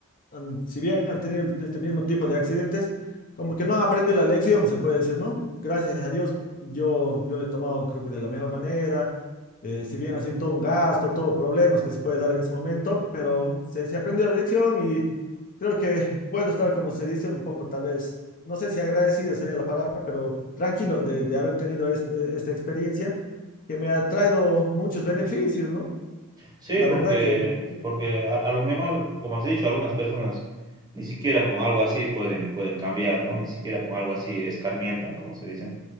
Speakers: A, on the left; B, on the right.
A: han- si bien han tenido este mismo tipo de accidentes, como que no han aprendido la lección, se puede decir, ¿no? Gracias a Dios, yo, yo lo he tomado, creo que de la mejor manera. eh, si bien así todo un gasto, todo problemas que se puede dar en ese momento, pero se, se aprendió la lección y creo que puedo estar, como se dice, un poco tal vez, no sé si agradecido sería la palabra, pero tranquilo de, de haber tenido es- e- esta experiencia que me ha traído muchos beneficios, ¿no?
B: Sí,
A: La
B: porque,
A: verdad que sí,
B: porque a, a lo mejor, como has dicho, algunas personas ni siquiera con algo así pueden, pueden cambiar, ¿no? Ni siquiera con algo así escarmientan, como se dice.